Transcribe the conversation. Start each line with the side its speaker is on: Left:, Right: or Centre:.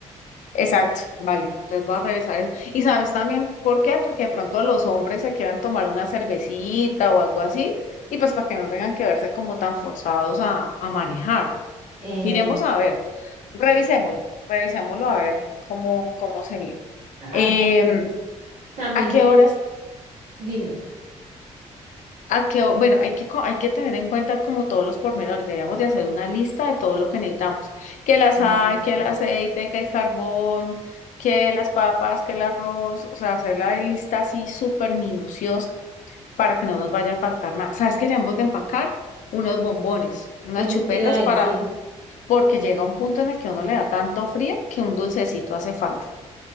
Left: Exacto, vale. Entonces voy a revisar eso. Y sabes también por qué, porque de pronto los hombres se quieran tomar una cervecita o algo así, y pues para que no tengan que verse como tan forzados a, a manejar.
Right: Eh,
Left: Miremos a ver, revisémoslo, revisémoslo a ver cómo, cómo sería.
Right: Ah,
Left: Em,
Right: hágalo, pues. También
Left: ¿a qué
Right: lleva-
Left: horas
Right: dime,
Left: A que, o- bueno, hay que, co- hay que tener en cuenta como todos los pormenores, debemos de hacer una lista de todo lo que necesitamos, que la
Right: mm,
Left: sal, que
Right: sí.
Left: el aceite, que el carbón, que las papas, que el arroz, o sea, hacer la lista así súper minuciosa para que no nos vaya a faltar nada. ¿Sabes que debemos de empacar unos bombones, unas
Right: eso
Left: chupetas
Right: te iba a
Left: para,
Right: decir,
Left: porque llega un punto en el que uno le da tanto frío que un dulcecito hace falta.